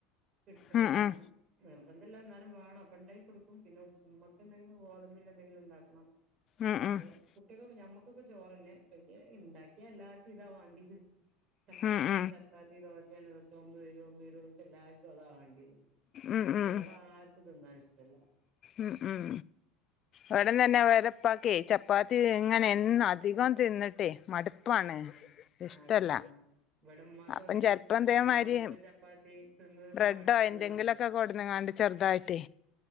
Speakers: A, on the right (about 45°); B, on the left (about 40°).
A: <unintelligible>
B: ഉം
A: വാണം
B: ഉം
A: നിർ എന്തെല്ലാം ഇന്നാലും വാണം അപ്പ ഇണ്ടയി കൊടു പിന്നെ ഉമ്മക്ക് എന്തെങ്കിലും ഗോതമ്പി- എന്തെങ്കിലും ഉണ്ടാക്കണം
B: ഉം ഉം
A: പക്ഷെ കുട്ട്യെകൊക്കെ ഞമ്മക് കൊക്കക്കെ ചോറന്നെ പക്ഷെ ഇണ്ടാക്കിയ എല്ലാർക്കും ഇതാ വാണ്ട്യേത് ചപ്പാത്തിയും
B: ഉം
A: ചപ്പാത്തി ദോശേണ് ദോശ് ഒന്ന് തരോ ഒന്ന് തരോ ന്നൊയ്ച്ചാ എല്ലാർക്കും അതാ വാണ്ട്
B: ഉം ഉം
A: ചോറ്
B: ഉം
A: ആർക്കും തിന്നാൻ ഇഷ് <unintelligible>
B: ഉം ഉം എവിടന്നെന്ന വരെ പാക്കെ ചപ്പാ ത്തി ഇങ്ങനെ എന്ന് അധികം തിന്നിട്ട് ട്ട് മടു പ്പാണ്
A: ആഹ്
B: ഇഷ്ടല്ല
A: അതെ ആഹ് ഇവിടെ ഉമ്മാക്കും
B: അപ്പം
A: അതന്നെ
B: ചെലപ്പംതേമാതിരി
A: ഗോതമ്പ് ചപ്പാത്തി തിന്ന് തിന്ന്
B: ബ്രെഡോ
A: മടുത്ത്
B: എന്തെങ്കിലുമൊക്കെ
A: പറയും
B: കൊടുന്നിങ്ങാണ്ട് ചെറുതായിട്ടേ